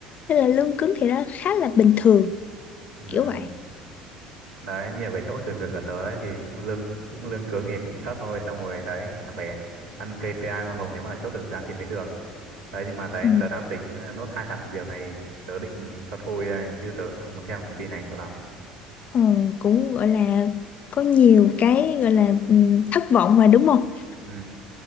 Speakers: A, on the left; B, on the right.
A: nên là lương cứng thì nó khá là bình thường
B: ừ
A: kiểu vậy
B: đấy nhiều cái chỗ thử việc ở tới thì cũng lương cũng lương cứng thì cũng thấp thôi xong rồi đấy phải ăn KPI hoa hồng nếu mà chốt được dự án thì mới được đấy nhưng mà đấy
A: ừ.
B: tớ đang tính ờ, nốt hai tháng thử việc này tớ định cho thôi đây chứ tớ cũng không muốn theo công ty này nữa lắm
A: Ờ, cũng gọi là có nhiều cái gọi là ừ, thất vọng mà đúng không
B: ừ.